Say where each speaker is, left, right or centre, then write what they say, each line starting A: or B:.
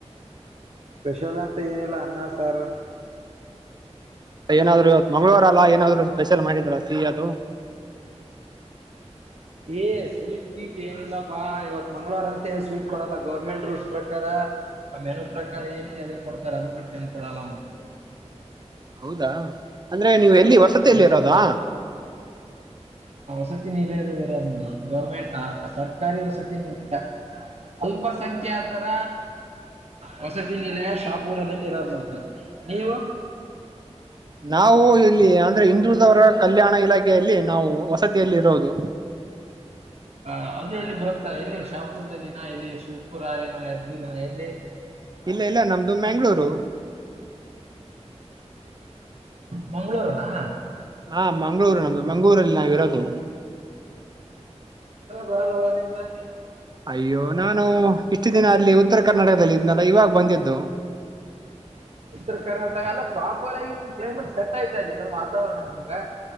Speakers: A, on the right; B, on the right.
A: ಸ್ಪೆಷಲ್ ಅಂತ ಏನಿಲ್ಲ ಅನ್ನ ಸಾರ್
B: ಏನಾದ್ರು ಇವತ್ ಮಂಗಳವಾರ ಅಲ್ಲಾ ಏನಾದ್ರು ಸ್ಪೆಷಲ್ ಮಾಡಿದ್ರ ಸಿಹ ಅದು
A: ಏ ಸ್ವೀಟ್ ಗೀಟ್ ಏನಿಲ್ಲಪ್ಪಾ ಇವತ್ ಮಂಗಳವಾರ ಅಂತ ಸ್ವೀಟ್ ಕೊಡಲ್ಲ ಗೌರ್ಮೆಂಟ್ ರೂಲ್ಸ್ ಪ್ರಕಾರ ಆ ಮೆನು ಪ್ರಕಾರ ಏನಿದೆ ಅದ ಕೊಡ್ತಾರೆ ಅದು ಬಿಟ್ಟು ಏ ಕೊಡಲ್ಲ ಮ ಹ
B: ಹೌದಾ ಅಂದ್ರೆ ನೀವು ಎಲ್ಲಿ ವಸತಿಯಲಿ
A: ಹ್ಮ್
B: ಇರೋದಾ
A: ವ ಇಲ್ಲರ ಗಮೆಂಟ್ ಆ ಸರ್ಕಾರಿ ವಸನ ಇಲ್ಲ ಅಲ್ಪಸಂಖ್ಯಾತರ ವಸತಿ ನಿಲಯ ಶಾಪುರದಲ್ಲಿರ ನೀವು
B: ನಾವು ಇಲ್ಲಿ ಅಂದ್ರೆ ಹಂದುಳದವರ ಕಲ್ಯಾಣ ಇಲಾಖೆ ನಾವು ವಸತಿಯಲ್ಲಿ ಇರೋದು
A: ಹ ಅದೇ ಎಲ್ಲಿ ಬರುತ್ತಾ ಎಲ್ಲಿ ಶಾಪುರದಲ್ಲಿನ ಎಲ್ಲಿ ಸುಪುರ ಏನು ಯದ್ಗಿ ಎಲ್ಲಿ
B: ಇಲ್ಲ ಇಲ್ಲ ನಮ್ದು ಮ್ಯಾಂಗ್ಳೂರು
A: ಮಂ್ಗಳೂರುನಾ
B: ಹಾ ಮಂ್ಗಳೂರು ನಮ್ದು ಮಂಗ್ಗಳೂರಲ್ಲಿ ನಾವಿರೋದು
A: ಬರಲ್ಲವ ನಿಮ್ದ
B: ಅಯ್ಯೋ ನಾನು ಇಷ್ಟು ದಿನ ಅಲ್ಲಿ ಉತ್ತರ ಕರ್ನಾಟಕದಲ್ಲಿ ಇದ್ನಲ್ಲ ಇವಾಗ ಬಂದಿದ್ದು
A: ಉತ್ತರ ಕರ್ನಾಟಕ ಎಲ್ಲ ಪ್ರಾಪರ್ ಆಗಿ ಕ್ಲೈಮೇಟ್ ಸೆಟ್ ಆಯ್ತಾ ಇಲ್ಲಿ ನ ವಾತಾವರಣ ನಮ